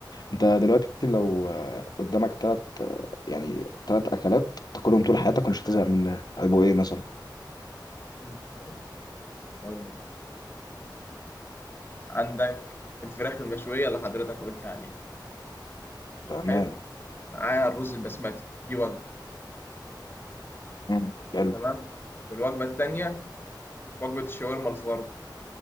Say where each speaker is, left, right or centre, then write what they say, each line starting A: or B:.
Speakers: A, on the left; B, on the left.
A: انت دلوقتي لو آه، قدامك تلات آه، يعني تلات اكلات تاكلهم طول حياتك ومش هتزهق منها هيبقوا ايه مثلا
B: <laughs> اقول لك عندك الفراخ المشوية اللي حضرتك قلت عليها
A: فاهمان
B: حلو معاها الرز البسمتي دي وجبة
A: مم. حلو
B: تمام والوجبة التانية وجبة الشاورما الفرد